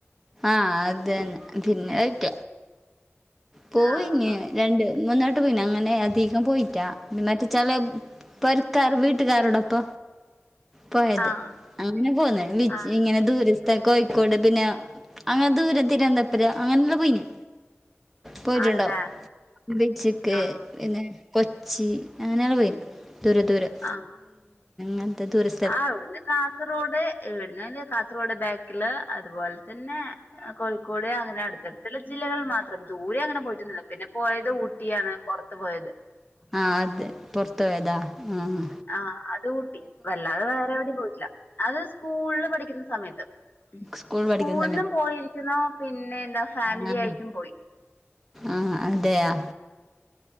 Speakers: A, in the centre; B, on the left (about 45°).
A: ആഹ് അത് ന്നെ പിന്നെ വെയ്ക്ക പോയിന്
B: ആഹ്
A: രണ്ട് മൂന്നട്ടം പോയിന് അങ്ങനെ അധികം പോയിറ്റാ മഇന്ന റ്റെച്ചാല് പൊരക്കാര് വീട്ടുകാരോടൊപ്പ പോയത്
B: ആഹ്
A: അങ്ങനെ പോന്നേ വിച്ച്
B: ആഹ്
A: ഇങ്ങനെ ദൂരസ്ഥ കോഴിക്കോട് പിന്നാ അങ്ങനെ ദൂരം തിരുവനന്തപുര അങ്ങനെള്ളു പോയീന് പോയിട്ടുണ്ടാവും
B: ആണല്ലേ
A: ബീച്ച്ക്ക്
B: ആഹ്
A: പിന്നെ കൊച്ചി അങ്ങനെങ്ങൾ പോയിന്ന് ദൂരെ ദൂരെങ്
B: ആഹ്
A: നത്തെ ദൂരസ്
B: ആഹ്. ഇവിടുന്ന് കാസർഗോഡ് ഇവിടുന്ന് കാസർഗോഡ് ബാക്കില് അതുപോലെ തന്നെ കോഴിക്കോട് അങ്ങനെ അടുത്തടുത്തുള്ള ജില്ലകളിൽ മാത്രം ദൂരെ അങ്ങനെ പോയിട്ടുന്നില്ല പിന്നെ പോയത് ഊട്ടിയാണ് പൊറത്ത് പോയത്
A: ആഹ് അതെ പൊറത്ത് പോയതാ ആഹ്
B: ആഹ് അത് ഊട്ടി വല്ലാതെ വേറെ എവിടേം പോയിട്ടില്ല അത് സ്കൂളില് പഠിക്കുന്ന സമയത്ത്
A: സ്കൂൾ
B: സ്കൂൾന്നും
A: പഠിക്കുന്ന
B: പോയി ക്കുന്നോ പിന്നെ എന്താ ഫാമിലി
A: അങ്ങനെ
B: ആയിട്ടും പോയി
A: ആഹ് അതെയാ